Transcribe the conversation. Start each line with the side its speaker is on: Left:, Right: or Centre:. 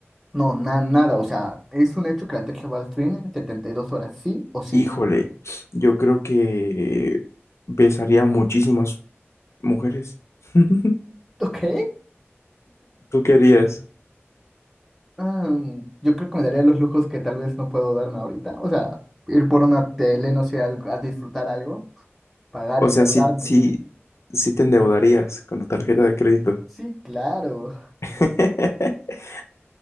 Centre: No, na- nada, o sea, es un hecho que la Tierra se va a destruir en 72 horas, ¿sí o sí?
Left: Híjole, yo creo que besaría a muchísimas mujeres. <laughs>
Centre: Ok.
Left: ¿Tú qué harías?
Centre: Ah, yo creo que me daría los lujos que tal vez no puedo darme ahorita. O sea, ir por una tele, no sé, algo- a disfrutar algo, pagar,
Left: O
Centre: endeudarme.
Left: sea, sí, sí, sí te endeudarías con tu tarjeta de crédito.
Centre: Sí, claro,
Left: <laughs>